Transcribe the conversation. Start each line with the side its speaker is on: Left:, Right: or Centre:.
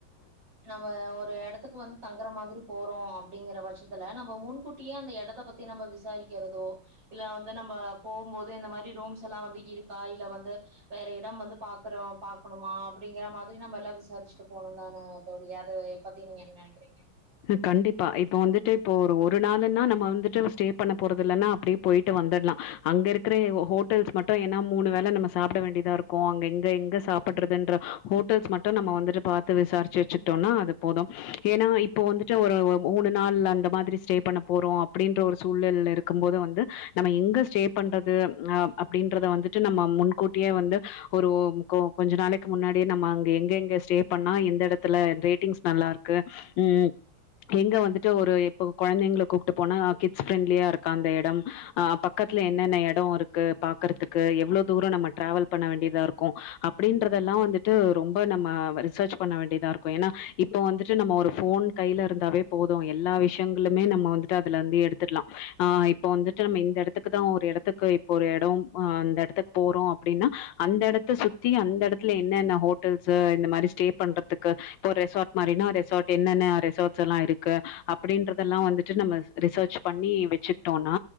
Right: நம்ம ஒரு எடத்துக்கு வந்து தங்குற மாதிரி போறோ அப்டீங்கற பட்சத்துல நம்ப முன்கூட்டியே அந்த எடத்த பத் தி நம்ப விசாரிக்கறதோ இல்ல வந்து நம்ப போம்போது இந்த மாரி ரூம்ஸ் எல்லா வந்து இருக்கா இல்ல வந்து வேற இடம் வந்து பாக்குறோ பாக்கணுமா அப்டீங்கற மாதிரி நம்ம எல்லா விசாரிச்சுட்டு போணுந்தான தோழி அது பத்தி நீங்க என்ன நெனைக்கிறீங்க
Left: ம் கண்டிப்பா இப்ப வந்துட்டு இப்போ ஒரு ஒரு நாளுன்னா நம்ம வந்துட்டு ஸ்டே பண்ண போறது இல்லன்னா அப்டியே போயிட்டு வந்தட்லா அங்க இருக்கற ஹோட்டல்ஸ் மட்டு ஏனா மூணு வேல நம்ம சாப்ட வேண்டியதா இருக்கு அங்க இங்க எங்க சாப்பட்றதுன்ற ஹோட்டல்ஸ் மட்டு நம்ம வந்துட்டு பாத்து விசாரிச்சு வச்சுக்ட்டோன்னா அது போது ஏனா இப் போ வந்துட்டு ஒரு ஒ மூணு நாள் அந்த மாதிரி ஸ்டே பண்ண போறோ அப்டீன்ற ஒரு சூழல்ல இருக்கும் போது வந்து நம்ம எங்க ஸ்டேப் பண்றது அ அப்டீன்றத வந்துட்டு நம்ம முன்கூட்டியே வந்து ஒரு ஒ கொ கொஞ்ச நாளை கு முன்னாடியே நம்ம அங்க எங்க எங்க ஸ்டே பண்ணா எந்த எடத்துல ரேட்டிங்ஸ் நல்லா இருக்கு ம் எங்க வந்துட்டு ஒரு இப்போ கொழந்தைங்கள கூப்ட்டு போனா கிட்ஸ் ஃப்ரெண்ட்லியா இருக்கா அந்த எடம் அ ப க்கத்துல என்னென்ன எடோ இருக்கு பாக்கற்துக்கு எவ்ளோ தூரோ நம்ம டிராவல் பண்ண வேண்டியதா இருக்கு அப்டீன்றதெல்லா வந்துட்டு ரொம்ப நம்ம ரிசர்ச் பண்ண வேண்டியதா இருக்கு ஏன்னா இப்போ வந்துட்டு நம்ம ஒரு ஃபோன் கைல இருந்தாவே போது எல்லா விஷயங்களுமே நம்ம வந்துட்டு அதிலந்து எடுத் துட்லா ஆ இப்ப வந்துட்டு நம்ம இந்த எடத் துக்குதா ஒரு எடத்துக்கு இப்ப ஒரு எடோ அ அந்த எடத்துக்கு போறோ அப்டின்னா அந்த எடத்த சுத்தி அந்த எடத் துல என்னென்ன ஹோட்டல்ஸு இந்த மாரி ஸ்டே பண்றதுக்கு இப்போ ரெசார்ட் மாரினா ரெசார்ட் என்னென்ன ரெசார்ட்ஸெல்லா இருக்கு அப்பிடீன்றதெல்லா வந்துட்டு நம்ம ரிசர்ச் பண்ணி வெச்சு ட்டோனா